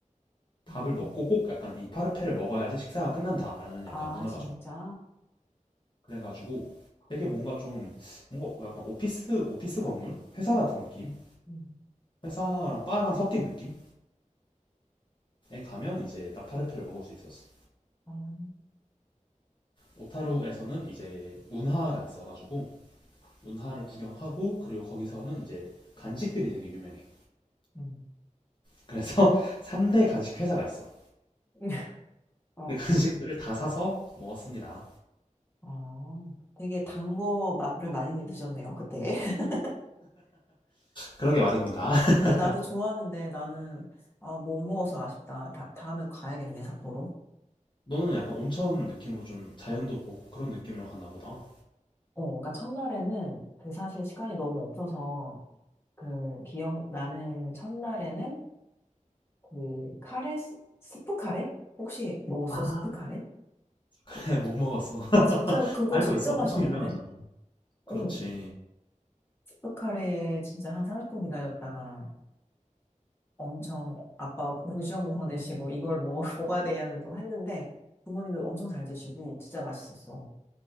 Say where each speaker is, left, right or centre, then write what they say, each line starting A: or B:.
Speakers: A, on the left; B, on the left.
A: 밥을
B: 음.
A: 먹고 꼭 약간 이 파르페를 먹어야지 식사가 끝난다라는
B: 아,
A: 약간 문화가
B: 진짜?
A: 좀 그래가지고 되게 뭔가 좀 뭔가 약간 오피스 오피스 건물 회사 같은 느낌
B: 음.
A: 회사랑 바랑 섞인 느낌에 가면 이제 딱 파르페를 먹을 수 있었어.
B: 어,
A: 오타루에서는 이제 운하가 있어가지고 운하를 구경하고 그리고 거기서는 이제 간식들이 되게 유명해.
B: 음.
A: 그래서 <laughs> 3대 간식 회사가 있어.
B: <laughs> 어,
A: 그 간식들을 다 사서 먹었습니다.
B: 어. 되게 단 거를 많이 드셨네요, 그때. <laughs>
A: 그러게 말입니다. <laughs>
B: 근데 나도 좋아하는데 나는, 아, 못 먹어서 아쉽다. 다, 다음에 가야겠네, 삿포로.
A: 너는 약간 온천 느낌으로 좀 자연도 보고 그런 느낌으로 갔나 보다.
B: 어, 그러니까 첫날에는 그 사실 시간이 너무 없어서 그 기억나는 첫날에는 그 카레, 스- 스프 카레? 혹시 먹었어?
A: 아,
B: 스프 카레?
A: 그래,
B: 그-
A: 못 먹었어. <laughs>
B: 아, 진짜 그거
A: 알고
B: 진짜
A: 있어. 엄청
B: 맛있는데?
A: 유명하잖아. 그렇지.
B: 응, 스프 카레 진짜 한 30분 기다렸다가 엄청 아빠 고시원구성 되시고 이걸 먹어, <laughs> 먹어야 되냐는 또 했는데 부모님도 엄청 잘 드시고 진짜 맛있었어.